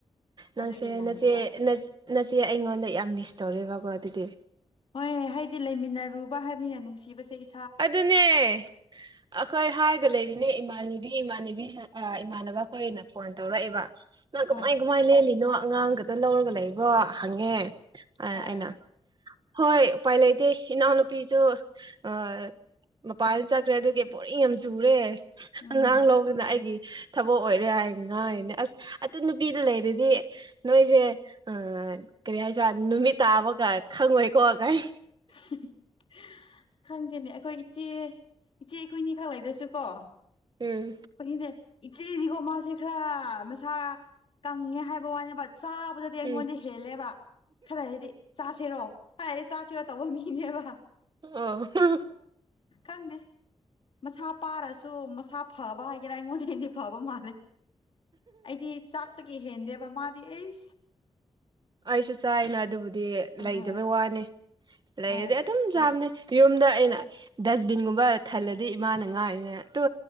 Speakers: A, on the right; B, on the left.
A: ꯅꯪꯁꯦ
B: ꯑꯗꯨꯒꯤ ꯅꯪꯗꯕ꯫
A: ꯅꯆꯦ ꯅꯆꯦ ꯑꯩꯉꯣꯟꯗ ꯌꯥꯝ ꯃꯤꯁ ꯇꯧꯔꯦꯕꯀꯣ ꯑꯗꯨꯗꯤ꯫
B: ꯍꯣꯏ ꯍꯥꯏꯗꯤ ꯂꯩꯃꯤꯟꯅꯔꯨꯕ ꯍꯥꯏꯕꯅꯤꯅ ꯅꯨꯡꯁꯤꯕꯁꯦ_ _
A: ꯑꯗꯨꯅꯦ_ _ ꯑꯈꯣꯏ ꯍꯥꯏꯔꯒ ꯂꯩꯔꯤꯅꯦ ꯏꯃꯥꯟꯅꯤꯕꯤ ꯏꯃꯥꯟꯅꯤꯕꯤꯁꯥ ꯏꯃꯥꯟꯅꯕ ꯑꯈꯣꯏꯅ ꯐꯣꯟ ꯇꯧꯔꯛꯏꯦꯕ꯫ ꯅꯪ
B: ꯍꯣꯏ
A: ꯀꯃꯥꯏ ꯀꯃꯥꯏ ꯂꯦꯜꯂꯤꯅꯣ ꯑꯉꯥꯡꯒꯗ ꯂꯧꯔꯒ ꯂꯩꯕ꯭ꯔꯣ ꯍꯪꯉꯦ ꯑ
B: ꯍꯣꯏ
A: ꯑꯩꯅ_ _ ꯍꯣꯏ ꯎꯄꯥꯏ ꯂꯩꯇꯦ ꯏꯅꯥꯎꯅꯨꯄꯤꯁꯨ ꯑ ꯃꯄꯥꯜ ꯆꯠꯈ꯭ꯔꯦ ꯑꯗꯨꯒꯤ꯫ ꯕꯣꯔꯤꯡ ꯌꯥꯝ ꯆꯨꯔꯦ
B: ꯎꯝ
A: ꯑꯉꯥꯡ ꯂꯣꯕꯗ ꯑꯩꯒꯤ꯫ ꯊꯕꯛ ꯑꯣꯏꯔꯦ ꯍꯥꯏ ꯉꯥꯡꯉꯤꯅꯦ ꯑꯁ ꯑꯗꯨ ꯅꯨꯄꯤꯗꯨ ꯂꯩꯔꯗꯤ_ _ ꯅꯣꯏꯖꯦ ꯑ ꯀꯔꯤ ꯍꯥꯏꯗꯤꯔꯥ ꯅꯨꯃꯤꯠ ꯇꯥꯕꯒ ꯈꯪꯉꯣꯏꯀꯣꯒꯥꯏ꯫
B: <unintelligible> ꯈꯪꯗꯦꯅꯦ ꯑꯩꯈꯣꯏ ꯏꯆꯦ ꯏꯆꯦ ꯑꯩꯈꯣꯏꯅꯤ ꯈꯛ ꯂꯩꯔꯁꯨ ꯀꯣ_
A: ꯎꯝ
B: _ <unintelligible> ꯏꯆꯦꯗꯤꯀꯣ ꯃꯥꯁꯦ ꯈꯔ ꯃꯁꯥ ꯀꯪꯉꯦ ꯍꯥꯏꯕ ꯋꯥꯅꯦꯕ ꯆꯥꯕꯗꯗꯤ ꯑꯩꯉꯣꯟꯗꯩ_
A: ꯎꯝ
B: _ ꯍꯦꯜꯂꯦꯕ ꯈꯔ ꯍꯥꯏꯗꯤ ꯆꯥꯁꯤꯔꯣ <unintelligible> ꯆꯥꯁꯤꯔꯣ ꯇꯧꯕ ꯃꯤꯅꯦꯕ꯫
A: <unintelligible>
B: ꯀꯥ ꯈꯡꯗꯦ꯫ ꯃꯁꯥ ꯄꯥꯔꯁꯨ ꯃꯁꯥ ꯐꯕ ꯍꯥꯏꯒꯦꯔꯥ ꯑꯩꯉꯣꯟꯗꯩꯗꯤ ꯐꯕ ꯃꯥꯜꯂꯦ꯫ ꯑꯩꯗꯤ ꯆꯥꯛꯇꯒꯤ ꯍꯦꯟꯗꯦꯕ ꯃꯥꯗꯤ ꯏ_ _
A: ꯑꯩꯁꯨ ꯆꯥꯏꯅ ꯑꯗꯨꯕꯨꯗꯤ
B: ꯑꯍꯣꯏ
A: ꯂꯩꯗꯕꯩ ꯋꯥꯅꯤ ꯂꯩꯔꯗꯤ
B: ꯍꯣꯏ
A: ꯑꯗꯨꯝ ꯆꯥꯕꯅꯤ꯫ ꯌꯨꯝꯗ ꯑꯩꯅ ꯗꯁꯕꯤꯟꯒꯨꯝꯕ ꯊꯜꯂꯗꯤ ꯏꯃꯥꯅ ꯉꯥꯏꯉꯤꯅꯤ ꯇꯨ